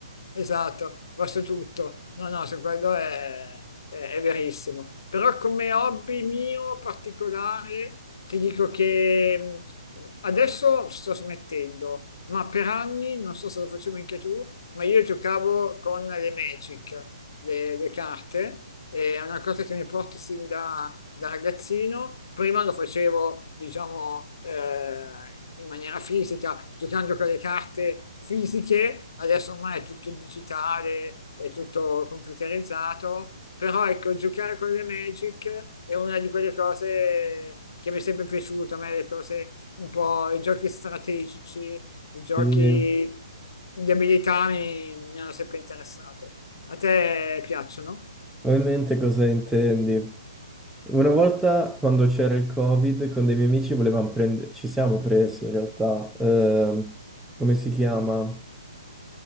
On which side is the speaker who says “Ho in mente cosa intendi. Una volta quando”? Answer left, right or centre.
Centre